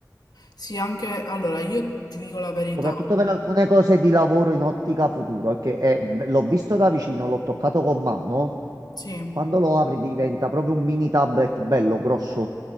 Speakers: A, on the left (about 65°); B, on the right (about 55°).
A: Sì, anche, allora, io ti dico la verità,
B: soprattutto per alcune cose di lavoro in ottica futuro, che è- l'ho visto da vicino, l'ho toccato con mano.
A: sì.
B: Quando lo apri diventa proprio un mini tablet bello grosso.